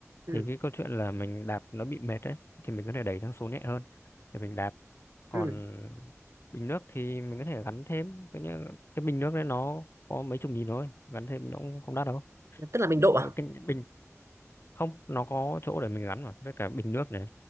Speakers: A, on the right (about 60°); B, on the left (about 50°).
A: ừ,
B: thì cái câu chuyện là mình đạp nó bị mệt đấy thì mình có thể đẩy sang số nhẹ hơn để mình đạp còn
A: ừ.
B: bình nước thì mình có thể gắn thêm cái, như, cái bình nước đấy nó có mấy chục nghìn thôi gắn thêm nó cũng không đắt đâu
A: tức là mình độ à
B: cái bình không nó có chỗ để mình gắn mà với cả bình nước này